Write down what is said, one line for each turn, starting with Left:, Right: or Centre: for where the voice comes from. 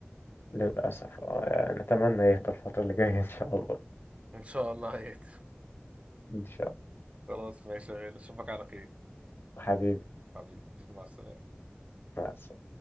Left: للأسف اه يعني أتمنى يهدى الفترة اللي جاية إن شاء الله
Right: ان شاء الله هيك
Left: إن شاء
Right: خلاص ماشي يا غالي اشوفك على خير
Left: الله حبيبي
Right: حبيبي مع السلامة
Left: مع